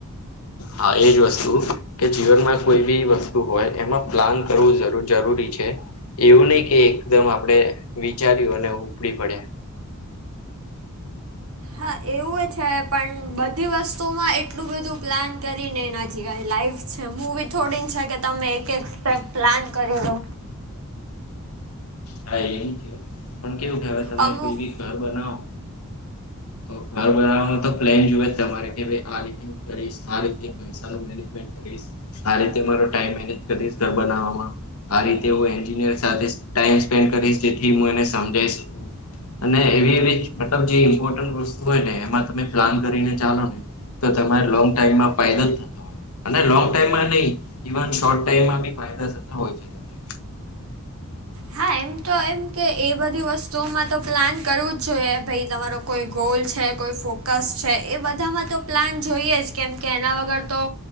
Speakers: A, on the left (about 75°); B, on the right (about 70°).
A: હા એજ વસ્તુ. કે જીવનમાં કોઈ બી વસ્તુ હોય એમાં પ્લાન કરવું જરૂરી છે. એવું નહી કે એકદમ આપડે વિચાર્યું અને ઉપડી પડ્યા.
B: હા એવું છે પણ બધી વસ્તુમાં એટલું બધું પ્લાન કરીને એના જિવાય લાઈફ. મુવી થોડી છે કે તમે એક એક સ્ટેપ પ્લાન કરી લો
A: હા એવી છે પણ કેવું ખ તમે
B: અમુક
A: કોઈ બી ઘર બનાવો તો ઘર બનાવવાનો તો પ્લેન જોવુ જ તમારે કે ભાઈ આ રીતે આ રીતે કરીશ પૈસાનું મેનેજમેન્ટ કરીશ આ રીતે મારો ટાઈમ મેનેજ કરીશ ઘર બનાવવામાં આ રીતે હું એન્જિનિયર સાથે તાઇસ કરીશ જેથી હું એને સમજાવી શકું અને એવી એવી મતલબ જે ઈમ્પોર્ટન્ટ વસ્તુ હોય ને એમાં તમે પ્લાન કરીને ચાલો ને તો તમારે લોંગ ટાઈમમાં ફાયદો જ થતો હોય અને લોંગ ટાઈમમાં નહી ઇવન શોર્ટ ટાઈમમાં બી ફાયદા થતા હોય છે તમને
B: હા એમ તો એમ કે એ બધી વસ્તુઓમાં તો પ્લાન કરવું જ જોઈએ ભાઈ તમારો કોઈ ગોલ છે કોઈ ફોકસ છે એ બધામાં તો પ્લાન જોઈએ જ કેમ કે એના વગર તો